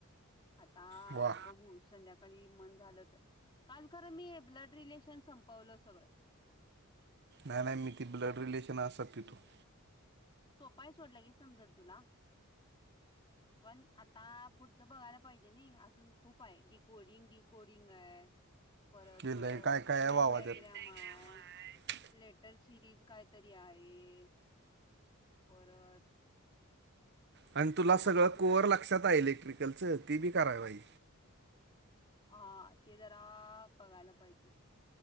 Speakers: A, on the left; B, on the right.
A: आतां
B: वा
A: बघूं संध्याकांळ की मंन झालं तरं कालं खरं मी ब्लड रिलेशन संपवलं सगळं
B: नाहीं नाहीं मी ती ब्लड रिलेशंन असलं तीथूं न
A: सोपायं सोडलं के समजलं तुलां पणं आतां पुढचं बघायंला पाहिजे नां अजूंन खूंप आहे. डिकोडिंग ड कोडिंग आहे. परंत
B: गेलंय काय काय
A: तीवेण
B: आहे वावा
A: डांयग्रामं
B: त्यात
A: मांय लेटर सिरीज कायं तरी आहे. परंत
B: आणि तुलां सगळं
A: आता सिल्याबस
B: कोअर लक्षांत आहे. इलेक्ट्रिकलचं ती बी करावाई
A: हां ते जरां बघायंला पाहिजे.